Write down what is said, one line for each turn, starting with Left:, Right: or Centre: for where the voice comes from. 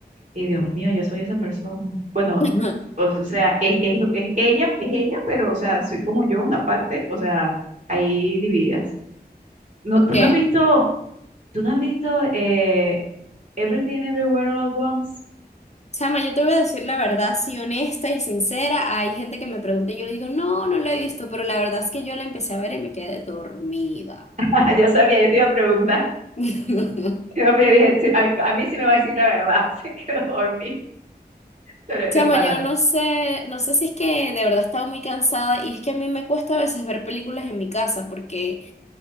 Right: y Dios mío, yo soy esa persona. Bueno,
Left: <laughs>
Right: o sea, es, es, es ella, es ella, pero o sea, soy como yo, una parte, o sea, ahí divididas. No,
Left: Ok.
Right: tú no has visto, tú no has visto eh, Everything Everywhere All at Once.
Left: Chama, yo te voy a decir la verdad, sí, honesta y sincera. Hay gente que me pregunta y yo le digo, no, no la he visto, pero la verdad es que yo la empecé a ver y me quedé dormida.
Right: <laughs> Yo sabía, yo te iba a preguntar.
Left: <laughs>
Right: <laughs> Yo dije, sí, a, mí a mí sí me va a decir la verdad, <laughs> se quedó dormida, pero
Left: Chama,
Right: de pana,
Left: yo no sé, no sé si es que de verdad estaba muy cansada y es que a mí me cuesta a veces ver películas en mi casa porque